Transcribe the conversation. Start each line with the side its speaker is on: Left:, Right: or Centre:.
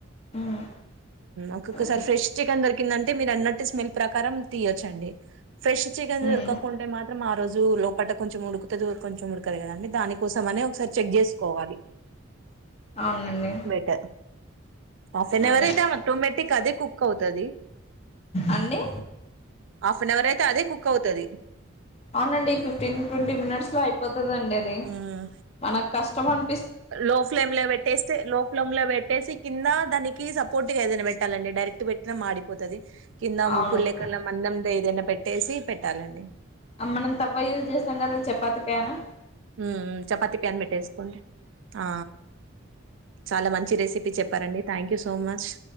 Left: ఉమ్
Right: ఒక్కొక్కసారి
Left: అదే
Right: ఫ్రెష్ చికెన్ దొరి కిందంటే మీరు అన్నట్ స్మెల్ ప్రకారం తీయచ్చండి ఫ్రెష్ చికెన్
Left: ఉమ్
Right: దొరకకుంటే మాత్రం ఆ రోజు లోపట కొంచెం ఉడుకుతుంది కొంచెం ఉడకదు కదండి దానికోసం అనే ఒకసారి చెక్ చేసుకోవాలి
Left: అవునండి
Right: బెటర్ హాఫ్ అన్ అవర్
Left: అదే
Right: ఆటోమేటిక్ అదే కుక్ అవుతది
Left: అండి
Right: హాఫ్ అన్ అవర్ అయితే అదే కుక్ అవుతది
Left: అవునండి ఫిఫ్టీన్ ట్వంటీ మినిట్స్ లో వస్తదండి అది
Right: మ్మ్
Left: మనక్కష్టం అంట్
Right: లో ఫ్లేమ్ లో పెట్టేస్తే లో ఫ్లేమ్ లో పెట్టేసి కింద దాని కి సపోర్ట్గా ఏదైనా పెట్టాలండి డైరెక్ట్ పెట్టినా మాడిపోతది. కింద మోకిడి
Left: అవును
Right: లేకుండా మందంతో ఏదైనా పెట్ట పెట్టేసి పెట్టాలండి
Left: ఆ మనం తవ్వయూజ్ చేస్తాం కదా చపాతి ప్యాను.
Right: మ్ మ్ చపాతి కన్ని పెట్టేసుకోండి. ఆ చాలా మంచి రెసిపీ చెప్పారండి thank you so much